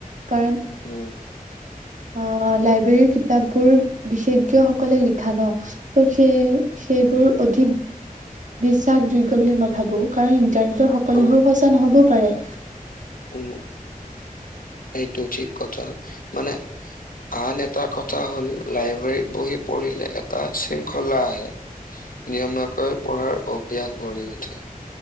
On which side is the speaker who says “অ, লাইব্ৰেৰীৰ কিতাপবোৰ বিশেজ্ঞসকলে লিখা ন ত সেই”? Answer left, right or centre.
Right